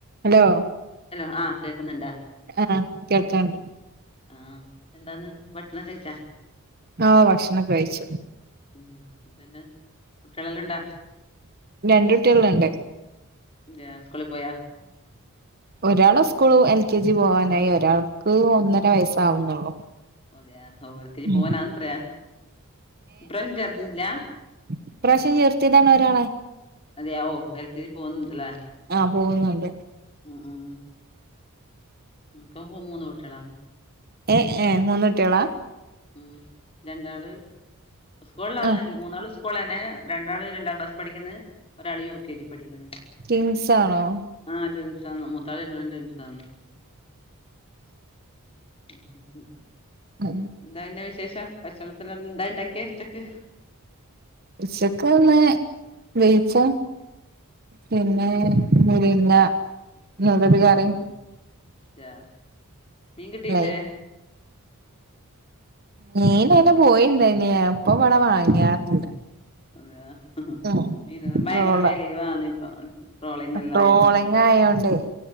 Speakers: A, on the right; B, on the left.
A: Hello.
B: Hello ആഹ് കേക്കുന്നുണ്ടാ?
A: ആഹ് കേൾക്കാണ്ട്
B: ആഹ് എന്താന്ന് പ എന്നാ കഴിച്ച.
A: ആഹ ഭക്ഷണഒക്കെ കഴിച്ചു.
B: ഉം ഇന്തന്നെ. കുട്ടികളെല്ലാം ഇണ്ടാ
A: രണ്ടുട്ടിആള്ണ്ട്.
B: ഇല്ലാ സ്കൂളീ പോയാ?
A: ഒരാള് സ്കൂള് എൽ കെ ജി പോവാനായി ഒരാൾക്ക് ഒന്നര വയസ്സാവുന്നുള്ളു
B: അതെയാ ഓ ഒക്കി പോവാനാത്രയാ
A: ഉം
B: ഇപ്രാവശ്യം ചെർതല്ല
A: ഈ, പ്രാവശ്യം, ചേർത്തിതാണ്, ഒരാളെ.
B: അതെയവോ? എൽക്കിപോന്നുണ്ട് ലേ
A: ആഹ് പോകുന്നുണ്ട്
B: ഉം ഉം ന്കും മൂന്ന് കുട്ടികളാണ്
A: എ ഏ മൂന്നുട്ടികളാ
B: മ്മ് രണ്ടാള് സ്കൂളിലന്നല്ല
A: ആഹ്
B: മൂന്നാള് സ്കൂള തന്നെ രണ്ടാള് രണ്ടാം ക്ലാസ് പഠിക്കുന്നത് ഒരാൾ യു കെ ജി പഠിക്കാണ്
A: ട്വിൻസ് ആണോ
B: ആ ട്വിൻസാ മൂത്താള് രണ്ടാളും ട്വിൻസാണ് <inaudible>
A: ആ
B: എന്താ പിന്നെ വിശേഷം ഭക്ഷണത്തിന് എന്താ ഇണ്ടാക്കിയെ ഉച്ചക്ക്
A: ഉച്ചക്കിന്ന് വെയിച്ച പിന്നെ മുരിങ്ങ നൂടല് കറിയും
B: മ്മ് മ്മ് ആഹ് മീൻകിട്ടീല്ലേ
A: ലൈ മീൻ അയിലെ പോയിണ്ടന്യേ അപ്പൊ ഇവിടെ വാങ്ങിയാറില്ല
B: അതെയാ ആഹ്
A: ഉം
B: മീനിന് ഭയങ്കര
A: ട്രോള്
B: വിലയുമാണ് ഇപ്പൊ ട്രോളിങ് എല്ലായുകൊണ്ട്
A: ട്രോളിങ് ആയോണ്ടേ